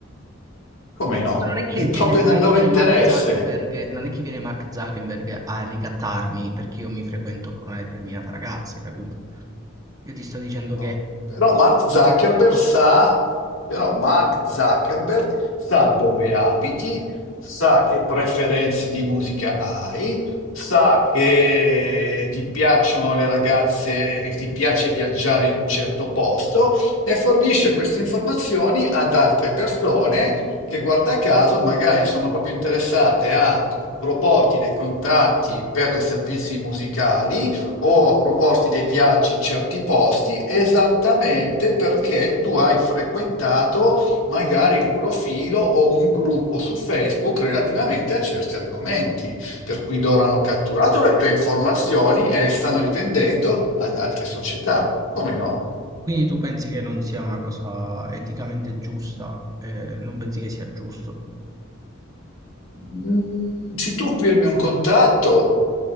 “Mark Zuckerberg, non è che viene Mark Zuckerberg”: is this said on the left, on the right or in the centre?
Right